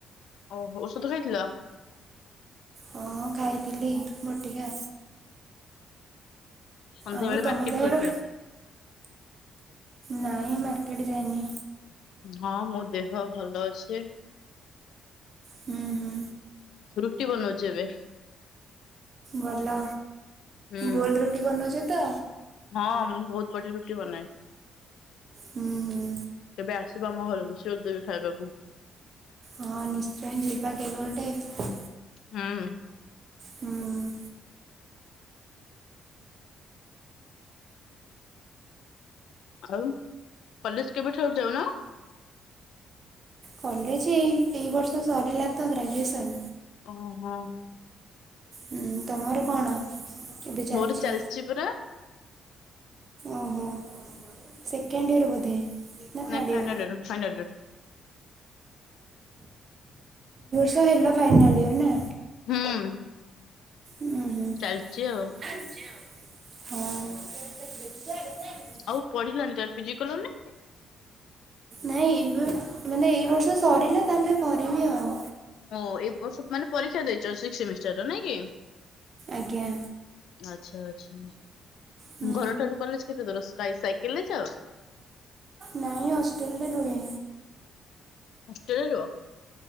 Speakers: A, on the left (about 75°); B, on the right (about 45°).
A: ଓହୋ ଔଷଧ ଖାଇଥିଲ?
B: ହଁ ଖାଇଥିଲି ବଟିକା।
A: ସନ୍ଧ୍ୟାବେେଳେ
B: ଆଉ ତମ
A: ମାର୍କେଟ
B: ଦେହ
A: ଯାଇଥିଲ?
B: ଭଲ ନାଇଁ ମାର୍କେଟ ଯାଇନି।
A: ହଁ ମୋ ଦେହ ଭଲ ଅଛି।
B: ହୁଁ ହୁଁ
A: ରୁଟି ବନଉଚି ଏବେ।
B: ଭଲ
A: ହୁଁ
B: ଗୋଲ ରୁଟି ବନଉଚ ତ?
A: ହଁ ମୁଁ ବହୁତ ବଢିଆ ରୁଟି ବନାଏ।
B: ହୁଁ ହୁଁ
A: କେବେ ଆସିବା ଆମ ଘରକୁ ସିୱର ଦେବି ଖାଇବାକୁ।
B: ହଁ ନିଶ୍ଚୟ ଯିବା କେବେ ଗୋଟେ?
A: ହୁଁ।
B: ହୁଁ
A: ଆଉ କଲେଜ କେବେଠାରୁ ଯାଉନ?
B: କଲେଜ ଏଇ ଏଇ ବର୍ଷ ସରିଲା ତ ଗ୍ରାଜୁଏସନ।
A: ଓ ହୋ।
B: ହୁଁ ତମର କଣ ଏବେ ଚାଲିଛି?
A: ମୋର ପରା
B: ଓହୋ ସେକେଣ୍ଡ ଇୟର ବୋଧେ? ନା third
A: ନାଇଁ final
B: year
A: year final year.
B: ସେ ହେଲା ଫାଇନାଲ୍ ଇୟର ନା?
A: ହୁଁ।
B: ଉଁ ହୁଁ।
A: ଚାଲିଛି ଆଉ।
B: ଚାଲିଛି ଆଉ। ହଁ।
A: ଆଉ ପଢିଲନି ତମେ ପିଜି କଲନି?
B: ନାଇଁ ଏଇ <inaudible> ମାନେ ଏଇ ବର୍ଷ ସରିଲା ତାପରେ କରିବି ଆଉ।
A: ଓ ଏ ବର୍ଷ ମାନେ ପରୀକ୍ଷା ଦେଇଛ ସିକ୍ସ ସେମିଷ୍ଟାରର ନାଇଁ କି?
B: ଆଜ୍ଞା।
A: ଆଚ୍ଛା ଆଚ୍ଛା,
B: ହୁଁ
A: ଘରଠାରୁ କଲେଜ କେତେ ଦୂର ସ୍କାଇ ସାଇକେଲରେ ଯାଅ?
B: ନାଇଁ ହଷ୍ଟେଲରେ ରୁହେ।
A: ହଷ୍ଟେଲେ ରୁହ?